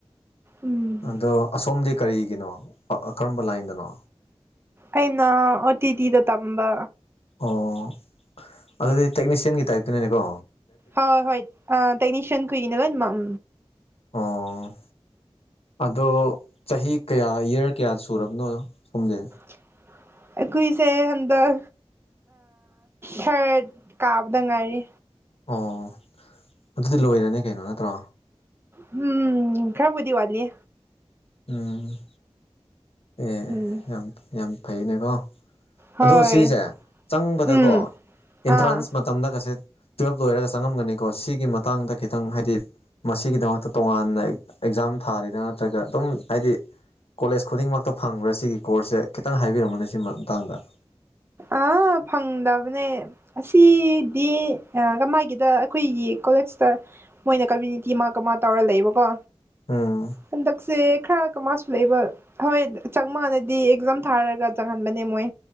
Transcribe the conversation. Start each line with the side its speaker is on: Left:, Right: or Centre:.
Right: ꯎꯝ
Left: ꯑꯗꯣ ꯑꯁꯣꯝꯗꯤ ꯀꯔꯤꯒꯤꯅꯣ ꯀꯔꯝꯕ ꯂꯥꯏꯟꯗꯅꯣ
Right: ꯑꯩꯅ ꯑꯣ ꯇꯤ ꯇꯤꯗ ꯇꯝꯕ
Left: ꯑꯣ ꯑꯗꯨꯗꯤ ꯇꯦꯛꯅꯤꯁꯤꯌꯟꯒꯤ ꯇꯥꯏꯞꯇꯅꯦꯀꯣ
Right: ꯍꯣꯏ ꯍꯣꯏ ꯑꯥ ꯇꯦꯛꯅꯤꯁꯤꯌꯥꯟ ꯈꯣꯢꯏꯒꯤꯅ ꯂꯣꯢꯅꯃꯛ
Left: ꯑꯣ ꯑꯗꯣ ꯆꯍꯤ ꯀꯌꯥ ꯏꯌꯥꯔ ꯀꯌꯥ ꯁꯨꯔꯕꯅꯣ ꯁꯣꯝꯁꯦ
Right: <unintelligible> ꯑꯩꯈꯏꯁꯦ ꯍꯟꯗꯛ ꯊꯔꯠ ꯀꯥꯕꯗ ꯉꯥꯏꯔꯤ
Left: ꯑꯣ ꯑꯗꯨꯗꯤ ꯂꯣꯏꯔꯅꯤ ꯀꯩꯅꯣ ꯅꯠꯇ꯭ꯔꯣ
Right: ꯎꯝ ꯈꯔꯕꯨꯗꯤ ꯋꯥꯠꯂꯤꯌꯦ
Left: ꯎꯝ ꯑꯦ
Right: ꯎꯝ
Left: ꯌꯥꯝ ꯌꯥꯝ ꯐꯩꯌꯦꯅꯦꯀꯣ
Right: ꯍꯣꯏ
Left: ꯑꯗꯣ ꯁꯤꯖꯦ ꯆꯪꯕꯗꯒꯣ
Right: ꯎꯝ ꯑꯥ
Left: ꯏꯟꯇ꯭ꯔꯥꯟꯁ ꯃꯇꯝꯗꯒꯁꯦ ꯇꯨꯌꯦꯜꯞ ꯂꯣꯏꯔꯒ ꯆꯪꯉꯝꯒꯅꯤꯀꯣ ꯁꯤꯒꯤ ꯃꯇꯥꯡꯗ ꯈꯤꯇꯪ ꯍꯥꯏꯗꯤ ꯃꯁꯤꯒꯤꯗꯃꯛꯇ ꯇꯣꯉꯥꯟꯅ ꯑꯦꯛꯖꯥꯝ ꯊꯥꯔꯤꯔ ꯅꯠꯇ꯭ꯔꯒ ꯑꯗꯨꯝ ꯍꯥꯏꯗꯤ ꯀꯣꯂꯦꯖ ꯈꯨꯗꯤꯡꯃꯛꯇ ꯐꯪꯕ꯭ꯔꯥ ꯁꯤꯒꯤ ꯀꯣꯔꯁꯁꯦ ꯈꯤꯇꯪ ꯍꯥꯏꯕꯤꯔꯝꯃꯨꯅꯦ ꯁꯤ ꯃꯇꯥꯡꯗ
Right: ꯑꯥ ꯐꯪꯗꯕꯅꯦ ꯑꯁꯤꯗꯤ ꯀꯃꯥꯏꯒꯤꯗ ꯑꯩꯈꯣꯏꯒꯤ ꯀꯣꯂꯦꯖꯇ ꯃꯣꯏꯅ ꯀꯃ꯭ꯌꯨꯅꯤꯇꯤ ꯃꯥꯀꯃꯥ ꯇꯧꯔ ꯂꯩꯕꯀꯣ
Left: ꯎꯝ
Right: ꯍꯟꯗꯛ ꯁꯦ ꯈꯔ ꯀꯃꯥꯁꯨ ꯂꯩꯕ ꯍꯣꯏ ꯆꯪ ꯃꯥꯗꯗꯤ ꯑꯦꯛꯖꯥꯝ ꯊꯥꯔꯒ ꯆꯪꯍꯟꯕꯅꯦ ꯃꯣꯏ